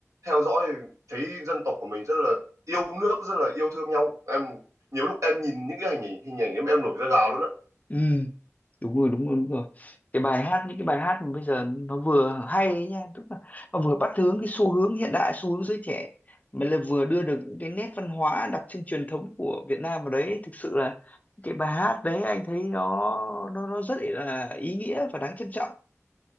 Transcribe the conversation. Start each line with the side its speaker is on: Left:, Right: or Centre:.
Right: theo dõi thấy dân tộc của mình rất là yêu nước rất là yêu thương nhau em nhiều lúc em nhìn những cái hình ảnh hình ảnh em em nổi da gà luôn á
Left: ừ đúng rồi đúng rồi đúng rồi cái bài hát những cái bài hát mà bây giờ nó vừa hay ấy nha tức là nó vừa bắt hướng cái xu hướng hiện đại xu hướng giới trẻ mà lại vừa đưa được những cái nét văn hóa đặc trưng truyền thống của Việt Nam vào đấy thực sự là cái bài hát đấy anh thấy nó nó nó rất là ý nghĩa và đáng trân trọng